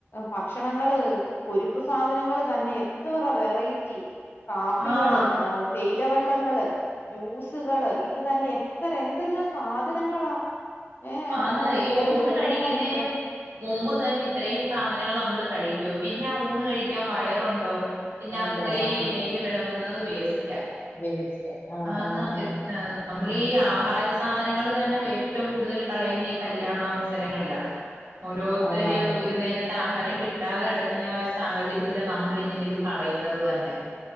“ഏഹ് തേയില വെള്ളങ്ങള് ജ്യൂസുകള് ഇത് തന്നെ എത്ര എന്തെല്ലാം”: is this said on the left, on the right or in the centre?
Left